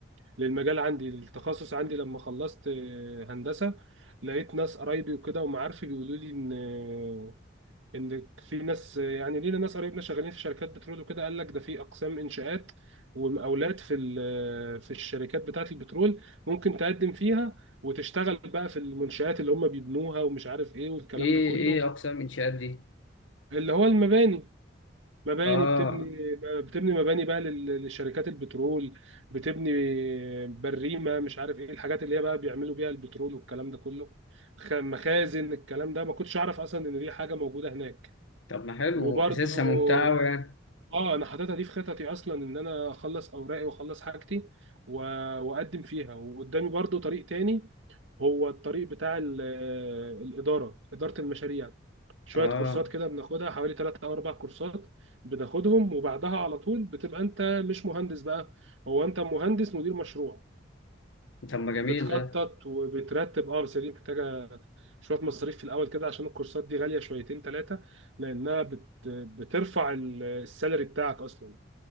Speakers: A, on the right; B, on the left.
A: للمجال عندي التخصص عندي لما خلصت آه، هندسة لقيت ناس قرايبي وكده ومعارفي بيقولوا لي ان آه، ان في ناس آه، يعني لينا ناس قرايبنا شغالين في شركات بترول وكده قال لك ده في اقسام انشاءات ومقاولات في ال- آه، في الشركات بتاعة البترول ممكن تقدم فيها وتشتغل بقى في المنشآت اللي هم بيبنوها ومش عارف ايه والكلام
B: ايه
A: ده كله
B: ايه اقسام الانشاءات دي
A: اللي هو المباني مباني
B: اه
A: بتبني بتبني مباني بقى لل- للشركات البترول بتبني بريمة مش عارف ايه الحاجات اللي هي بقى بيعملوا بيها البترول والكلام ده كله خ- مخازن الكلام ده ما كنتش اعرف اصلا ان دي حاجة موجودة هناك
B: طب ما حلو
A: وبرضو
B: وحاسسها ممتعه أوي يعني
A: اه انا حاططها دي في خططي اصلا ان انا اخلص اوراقي واخلص حاجتي و- واقدم فيها وقدامي برضو طريق تاني هو الطريق بتاع ال- آه، الإدارة إدارة المشاريع شوية
B: اه
A: كورسات كده بناخدها حوالي ثلاث أو أربع كورسات بناخدهم وبعدها على طول بتبقى أنت مش مهندس بقى هو أنت مهندس مدير مشروع
B: طب ما جميل
A: بتخطط
B: ده
A: وبترتب اه بس دي محتاجة شوية مصاريف في الأول كده عشان الكورسات دي غالية شويتين ثلاثة لأنها بت... بترفع ال- السالري بتاعك أصلا